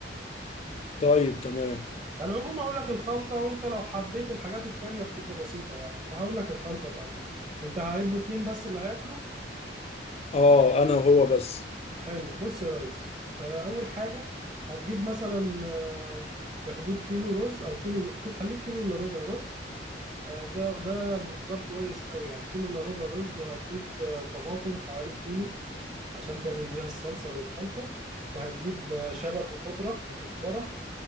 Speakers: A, on the left; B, on the right.
A: طيب تمام
B: على العموم هقول لك الخلطة وأنت لو حبيت الحاجات التانية بتبقى بسيطة يعني فهقول لك الخلطة الأول أنت هيبقوا اتنين بس اللي هياكلوا
A: اه انا وهو بس
B: حلو بص يا ريس آه، أول حاجة هتجيب مثلا آه، في حدود كيلو رز أو كيلو خليك كيلو إلا ربع رز آه، ده ده مقدار كويس قوي يعني كيلو الا ربع رز وهتجيب آه، طماطم حوالي كيلو عشان تعمل بيها الصلصة للخلطة وهتجيب آه، شبت وخضرة وكزبرة